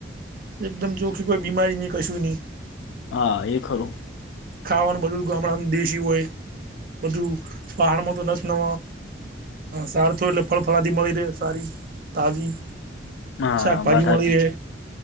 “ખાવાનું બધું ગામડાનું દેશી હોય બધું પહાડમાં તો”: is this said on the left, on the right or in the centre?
Right